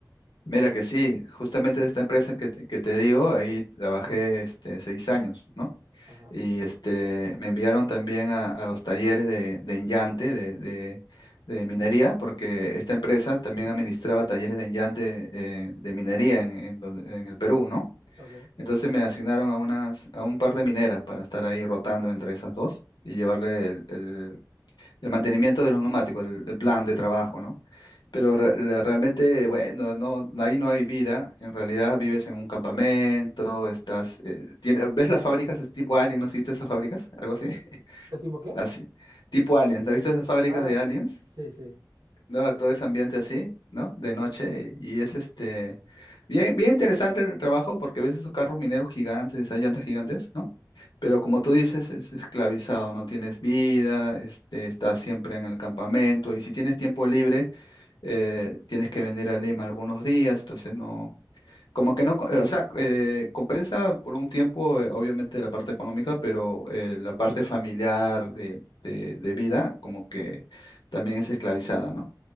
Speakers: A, on the left; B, on the right.
A: Mira que sí, justamente de esta empresa que, te que te digo, ahí trabajé este, seis años, ¿no?
B: Ajá,
A: Y este, me enviaron también a, a los talleres de, de enllante, de, de- de minería, porque esta empresa también administraba talleres de enllante eh, de minería en, en donde- en el Perú, ¿no?
B: ok.
A: Entonces me asignaron a, unas, a un par de mineras para estar ahí rotando entre esas dos y llevarle el, el- el mantenimiento de los neumáticos, el, el plan de trabajo, ¿no? Pero re- le- realmente, bueno, no, ahí no hay vida. En realidad vives en un campamento, estás, eh, tiene- ¿ves las fábricas es tipo Alien? ¿No has visto esas fábricas? Algo así. <laughs>
B: ¿Es tipo qué?
A: Así. Tipo Aliens. ¿Has visto esas fábricas
B: Ah,
A: de Aliens?
B: Sí, sí.
A: No, todo ese ambiente así, ¿no? De noche. Y es este bien, bien interesante el trabajo porque ves esos carros mineros gigantes, esas llantas gigantes, ¿no? Pero como tú dices, es esclavizado, no tienes vida, este, estás siempre en el campamento, y si tienes tiempo libre eh, tienes que venir a Lima algunos días, entonces no, como que no, co- eh, o sea, eh, compensa por un tiempo, eh, obviamente la parte económica, pero eh, la parte familiar de, de, de vida, como que también es esclavizada, ¿no?